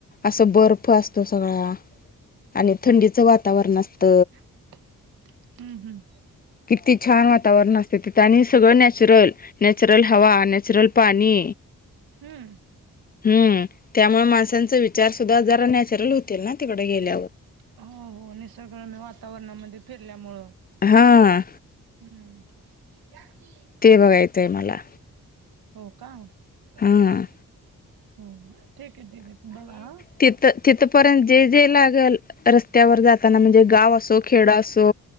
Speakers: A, on the left; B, on the right.
A: असं बर्फ असतो स गळा आणि थंडीचं वातावरण असत.
B: हम्म हम्म.
A: किती छान वातावरण असते ते आणि सगळं नॅचरल नॅचरल हवा नॅचरल पाणी.
B: हम्म.
A: हम्म त्यामुळे माणसांचा विचार सुद्धा जरा नॅचरल होतील ना तिकडे गेल्यावर.
B: हो हो निसर्गरम्य वातावरणामध्ये फिरल्यामुळं.
A: हा हा.
B: हम्म. या की
A: तेव्हा येते मला.
B: हो का हो ठीक
A: हा
B: आहे, ठीक आहे, बघा हा.
A: तिथ, तिथ पर्यंत जे, जे लागेल रस्त्यावर जाताना म्हणजे गाव असो, खेड असो